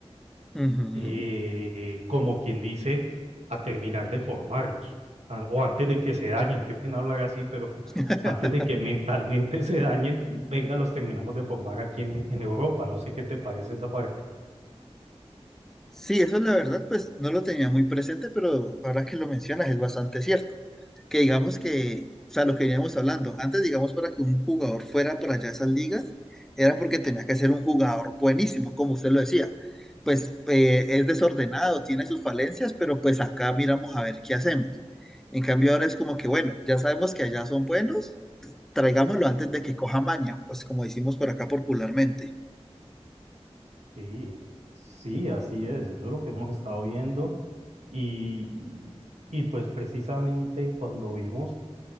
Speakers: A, in the centre; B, on the right (about 80°).
A: ujú.
B: eh, como quien dice, a terminar de formarlos, a- o antes de que se dañen, qué pena hablar así, pero <laughs>
A: <laughs>
B: antes de que mentalmente <laughs> se dañen, venga, los terminamos de formar aquí en, en Europa, no sé qué te parece esa parte.
A: Sí, eso es la verdad, pues no lo tenía muy presente, pero ahora que lo mencionas es bastante cierto. Que digamos que, o sea, lo que veníamos hablando, antes digamos para que un jugador fuera para allá a esas ligas, era porque tenía que ser un jugador buenísimo, como usted lo decía. Pues eh, es desordenado, tiene sus falencias, pero pues acá miramos a ver qué hacemos. En cambio ahora es como que, bueno, ya sabemos que allá son buenos, traigámoslo antes de que coja maña, pues como decimos por acá popularmente.
B: Sí, sí, así es, eso es lo que hemos estado viendo y, y pues precisamente cuando vimos